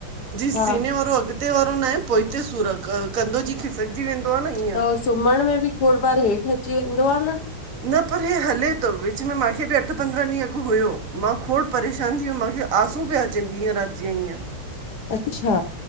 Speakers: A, on the right (about 55°); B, on the left (about 60°).
A: जे
B: हा
A: सीने वारो अॻि अॻिते वारो नाहे, पोहिते सूर आ कंधो जीअं खिसकजी वेंदो आ न ईअं।
B: त हो सुम्हण में बि खोड़ बार हेठि अची वेंदो आ न।
A: न पर हे हले तो, विच में मांखे बि अठ पंद्रहं ॾींहं अॻु हुयो, मां खोड़ परेशान जीअं मांखे आसूं पिया अचनि ॾींहं राति जीअं हीअं।
B: अच्छा।